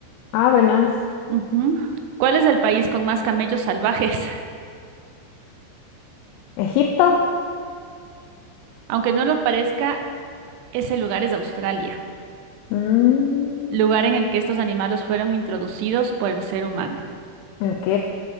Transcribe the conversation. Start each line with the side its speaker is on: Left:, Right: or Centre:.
Left: Ah, buenas.
Right: Ujú. ¿Cuál es el país con más camellos salvajes?
Left: ¿Egipto?
Right: <laughs> Aunque no lo parezca, ese lugar es Australia,
Left: Mm,
Right: lugar en el que estos animales fueron introducidos por el ser humano.
Left: ok.